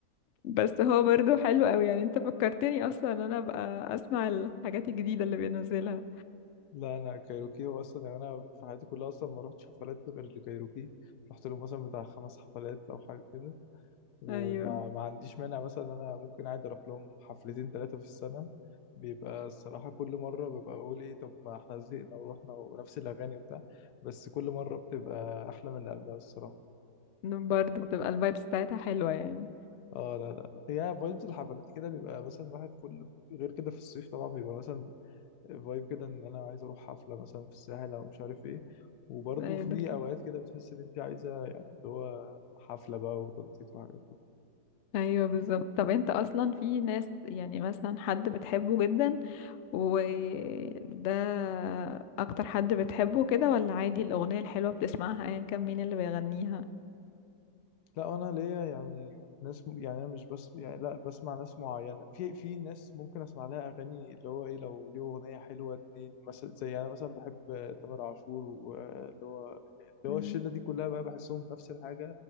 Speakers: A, on the left; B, on the left.
A: بس هو برضو حلو قوي يعني انت فكرتني اصلا ان انا ابقى اسمع الحاجات الجديدة اللي بينزلها
B: لا أنا كايروكي هو أصلا يعني أنا في حياتي كلها أصلا ما رحتش حفلات غير لكايروكي رحت له مثلا بتاع خمس حفلات أو حاجة كده وما
A: ايوه
B: ما عنديش مانع مثلا إن أنا ممكن عادي أروح لهم حفلتين تلاتة في السنة بيبقى الصراحة كل مرة ببقى بقول إيه طب ما إحنا زهقنا ورحنا ونفس الأغاني وبتاع بس كل مرة بتبقى أحلى من اللي قبلها الصراحة
A: برضو بتبقى الفايبس بتاعتها حلوة يعني
B: اه لا لا هي فايبز الحفلات كده بيبقى مثلا واحد كل غير كده في الصيف طبعا بيبقى مثلا فايب كده ان انا عايز اروح حفله مثلا في الساحل او مش عارف ايه وبرضه
A: ايوه
B: في
A: ده
B: اوقات كده بتحس ان انت عايزه يعني اللي هو حفله بقى وتنطيط وحاجات
A: ايوه بالظبط طب انت اصلا في ناس يعني مثلا حد بتحبه جدا وده اكتر حد بتحبه كده ولا عادي الاغنية الحلوة بتسمعها ايا كان مين اللي بيغنيها
B: لا انا ليا يعني ناس م- يعني انا مش بس يعني لا بسمع ناس معينه في في ناس ممكن اسمع لها اغاني اللي هو ايه لو ليه اغنيه حلوه اتنين مثلا زي انا مثلا بحب تامر عاشور واللي هو يعني اللي
A: مم.
B: هو الشله دي كلها بقى بحسهم نفس الحاجه